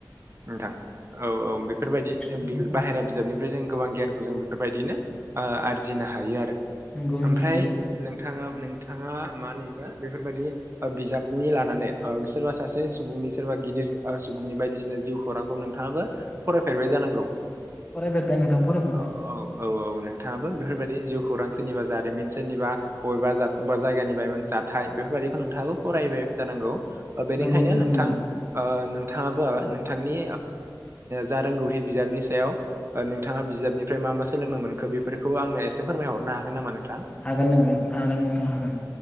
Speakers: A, on the right; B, on the left.
A: नोंथां औ औ बेफोरबायदि
B: नंगौ नोंथां
A: बाहेरा बिजाबनि जों गोबां गियानखौ जों बेफोरबायदिनो आरजिनो हायो आरो।
B: नंगौ नोंथां
A: ओमफ्राय
B: नंगौ
A: नोंथाङा नोंथाङा मा नैखौ बेफोरबायदि बिजाबनि लानानै सोरबा सासे सुबुंनि सोरबा गिदिर सुबुंनि बायदिसिना जिउ खौरांखौ नोंथाङाबो फरायफेरबाय जानांगौ।
B: फरायफेरबाय नोंथां फरायफेरबाय
A: औ औ औ नोंथाङाबो बेफोरबायदि जिउ खौरां सोरनिबा जारिमिन सोरनिबा बबेबा बा जायगानि जाथाय बेफोरबायदिखौ नोंथाङाबो फरायबाय जानांगौ बेनिखायनो
B: नंगौ
A: नोंथां
B: नंगौ
A: नोंथाङाबो नोंथांनि जा रोंगौथि बिजाबनि सायाव नोंथाङा बिजाबनिफ्राय मा मा सोलोंनो मोनखो बेफोरखौ आंनो एसे फोरमायहरनो हागोन नामा नों
B: हागोन नोंगोन हागोन नोंथां हागोन